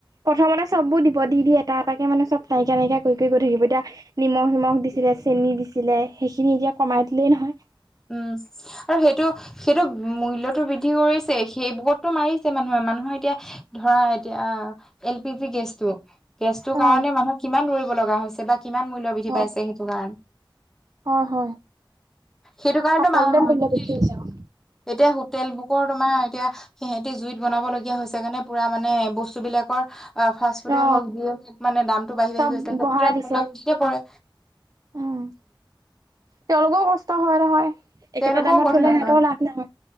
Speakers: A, on the right; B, in the centre.
A: প্ৰথমতে চববোৰ দিব দি-দি এটা- এটাকে মানে চব নাইকীয়া-নাইকীয়া কৰি-কৰি কৰিব ধৰিব এতিয়া নিমখ-নিমখ দিছিলে, চেনি দিছিলে, সেইখিনি এতিয়া কমাই দিলেই নহয়।
B: উম, আৰু সেইটো-সেইটো মূল্যটো বৃদ্ধি কৰিছে সেইবোৰতো মাৰিছে মানুহৰ মানুহে এতিয়া ধৰা এতিয়া এল পি জি গেছটো গেছটোৰ কাৰণে
A: অ
B: মানুহ কিমান দৌৰিব লগা হৈছে, বা কিমান মূল্য বৃদ্ধি
A: অ
B: পাইছে সেইটো কাৰণে।
A: হয় হয়
B: সেইটোৰ কাৰণেটো
A: সকলোতে
B: <unintelligible>
A: মূল্য বৃদ্ধি
B: কি
A: হৈছে আৰু।
B: এতিয়া হোটেল বুকৰ তোমাৰ এতিয়া হে এতিয়া জুইত বনাব লগীয়া হৈছে কাৰণে পুৰা মানে বস্তুবিলাকৰ অ, ফাষ্ট ফুডে
A: অ
B: হওক যিয়ে হওঁক মানে দামটো বাঢ়ি-বাঢ়ি
A: চব
B: গৈছে
A: বঢ়াই
B: গতিকে
A: দিছে
B: <unintelligible> পৰে।
A: উম তেওঁলোকেও কষ্ট হয় নহয়। একেটা
B: তেওঁলোকৰ
A: দামত থলে
B: <unintelligible>
A: সিহঁতৰও লাভ নহয়